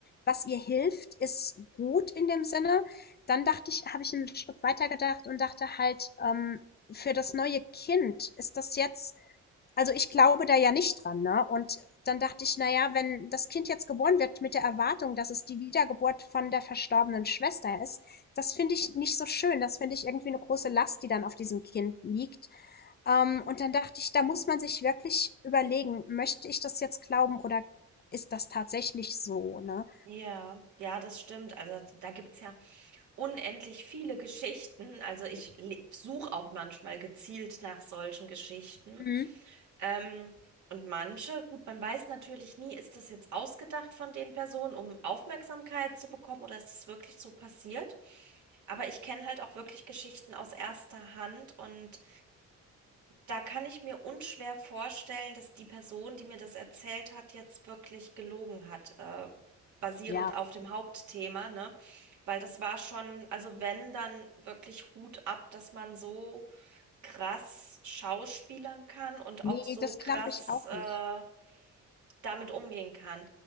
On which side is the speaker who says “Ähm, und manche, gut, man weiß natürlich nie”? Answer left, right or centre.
Right